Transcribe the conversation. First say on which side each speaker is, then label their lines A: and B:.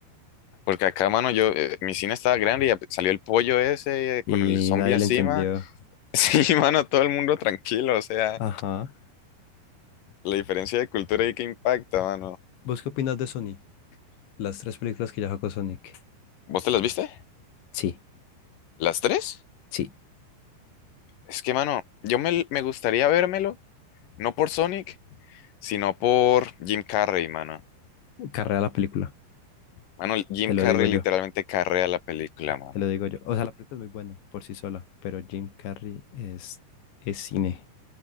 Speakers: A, on the left; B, on the left.
A: Porque acá, mano, yo, eh, mi cine estaba grande y ap- salió el pollo ese eh,
B: y
A: con el zombie
B: nadie
A: encima.
B: le entendió.
A: <laughs> Sí, mano, todo el mundo tranquilo, o sea,
B: Ajá.
A: la diferencia de cultura ahí que impacta, mano.
B: ¿Vos qué opinas de Sonic? Las tres películas que ya sacó Sonic.
A: ¿Vos te las viste?
B: Sí,
A: ¿Las tres?
B: sí.
A: Es que, mano, yo me, me gustaría vérmelo, no por Sonic, sino por Jim Carrey, mano.
B: Carrea la película,
A: Mano, Jim
B: te lo
A: Carrey
B: digo yo,
A: literalmente carrea la película, mano.
B: te lo digo yo. O sea, la película es muy buena por sí sola, pero Jim Carrey es, es cine.